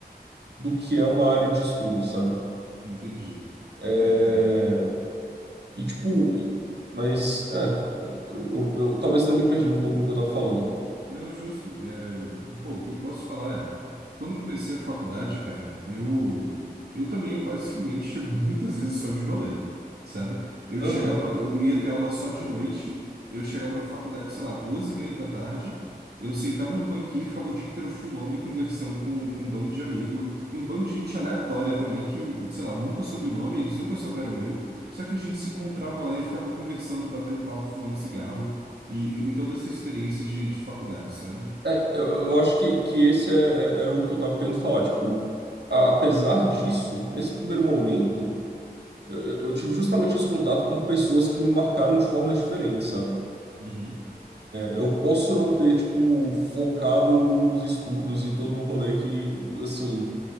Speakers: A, on the right; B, on the right.
A: do que é uma área de estudo, sabe?
B: Entendi.
A: É,
B: É, cara,
A: E tipo, e- mas é, eu, eu- eu talvez tenha me perdido um pouco no que eu tava falando.
B: Não, justo. É, pô, o que eu posso falar é, quando comecei a faculdade, cara, eu eu também eu basicamente <laughs> muitas vezes só de rolê, sabe? Eu
A: Aham.
B: chegava, eu ia ter aula só de noite, eu chegava na faculdade, sei lá, duas e meia da tarde, eu sentava no banquinho e ficava o dia inteiro fumando e conversando com, com um bando de amigo e um bando de gente aleatória também que, eu, sei lá, nunca soube o nome, eles nunca souberam o meu, só que a gente se encontrava lá e ficava conversando, batendo papo, fumando cigarro. E, e, toda essa experiência de, de faculdade, sabe?
A: É, eu, eu eu acho que, que esse é- é- era o que eu tava querendo falar. Tipo, a- apesar disso, nesse primeiro momento, eu, eu tive justamente esse contato com pessoas que me marcaram de formas diferentes, sabe?
B: Uhum,
A: Eu posso não ter, tipo, focado no- nos estudos e todo o rolê que, assim,